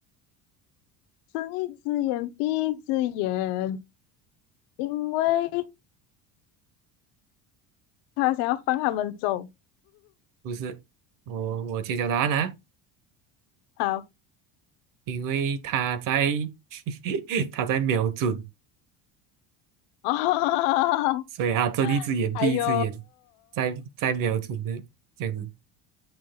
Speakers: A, on the left; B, on the right.
A: 睁一只眼闭一只眼，因为他想要放他们走。
B: 不是？我我揭晓答案啦，
A: 好，
B: 因为他在 <laughs> 他在瞄准，
A: <laughs> 哦，
B: 所以他睁一只眼闭一只眼，
A: 哎呦，
B: 在在瞄准的这样子。